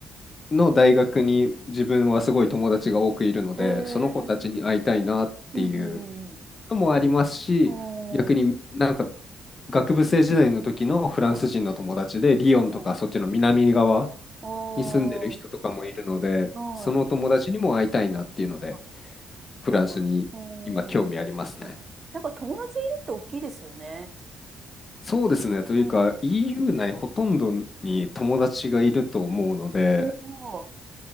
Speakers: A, on the left; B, on the right.
A: の大学に自分はすごい友達が多くいるので、
B: い。ええー、
A: その子たちに会いたいなっていう
B: うんうんうんうん。
A: のもありますし、
B: おー、
A: 逆になんか学部生時代の時のフランス人の友達で、
B: はい、
A: リヨンとかそっちの南側
B: おー、おー、
A: に住んでる人とかもいるので、
B: はい。
A: その友達にも会いたいなっていうので、
B: あ、
A: フランスに今興味ありますね。
B: なるほど。おー、はいはい。やっぱ友達いるって大きいですよね。
A: そうですね。というか
B: うん。
A: EU 内ほとんどに友達がいると思うので、
B: うん。おー、